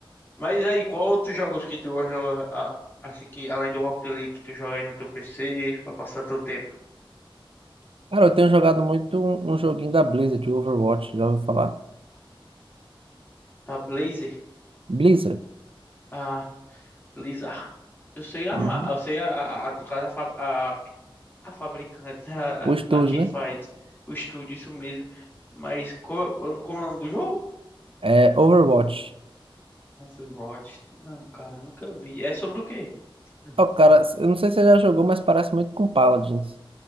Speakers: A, on the left; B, on the right.
A: Mas aí, qual outros jogos que tu gosta de jogar, a- assim que, além do Rocket League, que tu joga aí no teu PC, pra passar teu tempo?
B: Cara, eu tenho jogado muito um, um joguinho da Blizzard, o Overwatch, já ouviu falar?
A: Da Blazer.
B: Blizzard,
A: Ah, Blizzard. Eu sei a, ma-
B: uhum.
A: eu sei a, a, a- no caso, a, fab- a, a fabricante, <laughs> né?
B: O estúdio,
A: a, a quem
B: né?
A: faz o estúdio, isso mesmo. Mas como, é- como é o nome do jogo?
B: É Overwatch.
A: Overwatch? Não, cara, nunca vi. É sobre o quê? Hum.
B: Ó, cara, eu não sei se você já jogou, mas parece muito com Paladins.